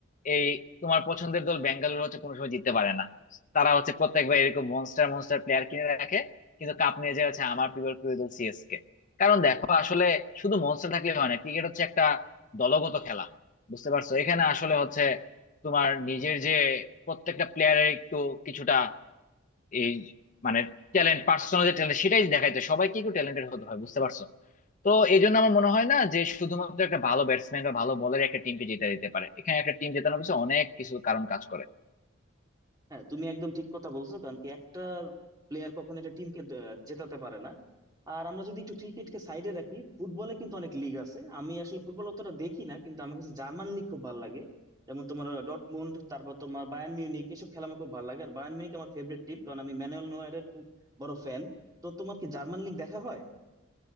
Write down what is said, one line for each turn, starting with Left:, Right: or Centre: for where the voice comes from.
Left: এই তোমার পছন্দের দল বেঙ্গালুরু হচ্ছে কোনো সময় জিততে পারে না তারা হচ্ছে প্রত্যেকবার এরকম মনস্টার মনস্টার প্লেয়ার কিনে রাখে কিন্তু কাপ নিয়ে যায় হচ্ছে আমার প্রিয় প্রিয় দল সিএসকে কারণ দেখো আসলে শুধু মনস্টার থাকলে হয় না ক্রিকেট হচ্ছে একটা দলগত খেলা বুঝতে পারছো এখানে আসলে হচ্ছে তোমার নিজের যে প্রত্যেকটা প্লেয়ারের একটু কিছুটা এই মানে ট্যালেন্ট পার্সোনাল যে ট্যালেন্ট সেটাই দেখাইতে সবাইকে একটু ট্যালেন্টেড হতে হয় বুঝতে পারছো তো
Right: হুম।
Left: এই জন্য আমার মনে হয় না যে শুধুমাত্র একটা ভালো ব্যাটসম্যান বা ভালো বলার একটা টিমকে জিতে দিতে পারে এখানে একটা টিম জেতানোর পিছনে অনেক কিছু কারণ কাজ করে
Right: হ্যাঁ তুমি একদম ঠিক কথা বলছো কারণ কি একটা প্লেয়ার কখনো একটা টিমকে জেতাতে পারে না আর আমরা যদি একটু ক্রিকেটকে সাইডে রাখি ফুটবলে কিন্তু অনেক লিগ আছে আমি আসলে ফুটবল অতটা দেখি না কিন্তু আমার কাছে জার্মান লিগ খুব ভালো লাগে যেমন তোমার ডটমুন্ড তারপর তোমার বায়ার্ন মিউনিক এসব খেলা আমার খুব ভালো লাগে আর বায়ার্ন মিউনিক আমার ফেভারিট টিম কারণ আমি ম্যানুয়েল নয়্যারের খুব বড় ফ্যান তো তোমার কি জার্মান লিগ দেখা হয়